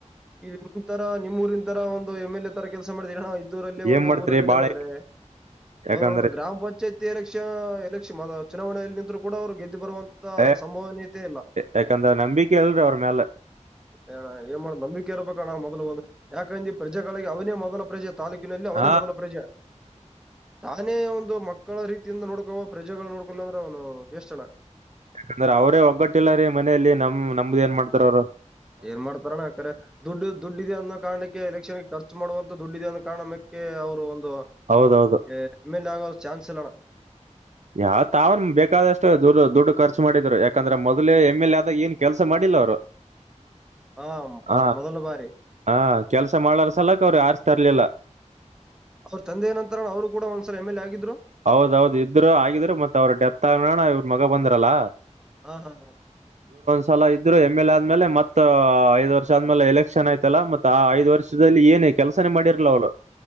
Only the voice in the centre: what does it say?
ಇಲ್ಲಿ ನಿನ್ ತರಾ ನಿಮ್ಮ ಊರಿನ ತರ ಒಂದು ಎಂ ಎಲ್ ಎ ತರ ಕೆಲಸ ಮಾಡಿದೀರಿ ಊರಲ್ಲಿ
ಒಂದು
ಊರಟಲಿಲ್ಲ
ಅಂದ್ರೆ
ಅವರು ಒಂದು ಗ್ರಾಮ ಪಂಚಾಯತಿ ಎಕ್ಷನ್ ಎಲೆಕ್ಷನ್ ಚುನಾವಣೆಯಲ್ಲಿ ನಿಂತ ಕೂಡ ಅವರು ಗೆದ್ದು ಬರುವಂತ
ಸಂಭವನೀಯತೆ ಇಲ್ಲ
<unintelligible> ನಂಬ ೇರ್ಬೇಕಣ ಮೊದಲುಬೋದು ಯಾಕಂದ್ರ ಈ ಪ್ರಜೆಗಳಿಗೆ ಅವನೇ ಮೊದಲ ಪ್ರಜೆ ತಾಲೂಕಿನಲ್ಲಿ ಅವನೇ
ಮೊದಲ ಪ್ರಜೆ ತಾನೇ ಒಂದು ಮಕ್ಕಳ ರೀತಿಯಿಂದ ನೋಡ್ಕೊುವ ಪ್ರಜೆಗಳ ನೋಡ್ಕೊಲ್ಲ ಅಂದ್ರೆ ಅವ್ನು ವೇಷ್ಟಣ
ಏನ್ ಮಾಡ್ತಾರಾನ ಯಕ್ರ ದುಡ್ಡು ದುಡ್ಡ ಇದೆ ಅನ್ನೋ ಕಾರಣಕ್ಕೆ ಎಲೆಕ್ಷನ್ ಖರ್ಚು ಮಾಡುವಂತ ದುಡ್ಡು ಡ ಒ ಕಾರಣಕ್ಕೆ ಅವ್ರು ಒಂದು
ಎಮ್ ಎಲ್ ಎ ಆಗೋ ಚಾನ್ಸ್ ಇಲ್ಲಣ
ಹಾ ಪ-
ಮೊದಲ ಬಾರಿ
ಅವ್ರ ತಂದೆಯ ನಂತರನ ಅವರು ಕೂಡ ಒಂದ್ಸಲ ಎಂ ಎಲ್ ಆಗ್ರು
ಹಾ ಹಾ ಹಾ